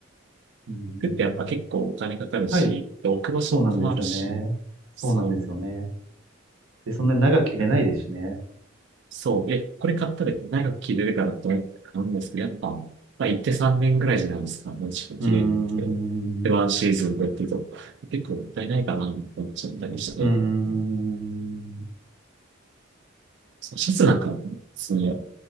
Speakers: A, on the right (about 80°); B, on the right (about 55°).
A: ーん、
B: 服ってやっぱ結構お金かかるし、
A: はい、
B: で置く場所も困るし、
A: そうなんですよね。そうなんですよね。
B: そう、
A: で、そんなに長く切れないですしね。
B: なんかそう、え、これ買ったら長く着れるからと思って買うんですけど、やっぱ、まあ、行って3年ぐらいじゃないですか、もちろん着れるんで。
A: うーん、
B: で、ワンシーズンでっていうと、
A: う
B: 結構もったいないかなと思っちゃったりして、
A: ーん、
B: そうシャツなんか、すげえ、